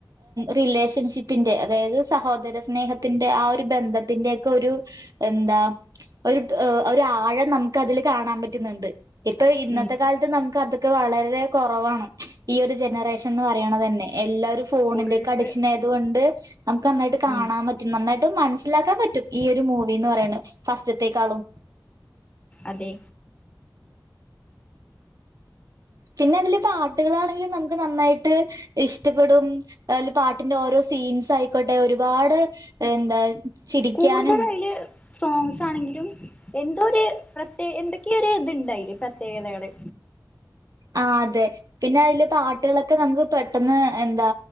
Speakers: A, on the right; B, on the left.
A: റിലേഷൻഷിപ്പിന്റെ അതായത് സഹോദര സ്നേഹത്തി ആ ഒരു ബന്ധത്തിന്റെക്കെ ഒരു എന്താ. ഒരു ഒരു ആഴം നമുക്ക് അതിൽ കാണാൻ പറ്റുന്നുണ്ട്. ഇപ്പൊ ഇന്നത്തെ
B: ഉം
A: കാലത്ത് നമുക്ക് അത്ര വളരെ കുറവാണ്. ഈ ഒരു ജനറേഷൻ എന്ന് പറയണ തന്നെ എല്ലാവരും ഫോണിന്റെറെ
B: ഫുള്ള്
A: ഒക്കെ അഡിക്ഷൻ ആയതുകൊണ്ട്. നമുക്ക് നന്നായിട് കാണൻപറ്റും
B: ഉം
A: നന്നടയി മനസ്സിലാക്കാൻ പറ്റും ഈയ ഒരു മൂവിന്ന് പറയ്യ്ണ് ഫസ്റ്റത്തേക്കാളും.
B: അതെ.
A: പിന്നെ അതില് പാട്ടുകളാണെങ്കിൽ നമുക്ക് നന്നായിട്ട് ഇഷ്ട്പ്പെടും. അല് പാട്ടിന്റെ ഓരോ സീൻസ് ആയിക്കോട്ടെ ഒരുപാട് എന്താ ചിരിക്കാനും
B: കൂടുതൽ അതില് സോസ്. ആണെങ്കിലും എന്തോ ഒരു പ്രത്യ എന്തൊക്കെയ ഒരു ഇത്ണ്ടായില് പ്രത്യേകതകള്.
A: ആ അതെ പിന്നെ അതിലെ പാട്ടുകളൊക്കെ നമുക്ക് പെട്ടെന്ന് എന്താ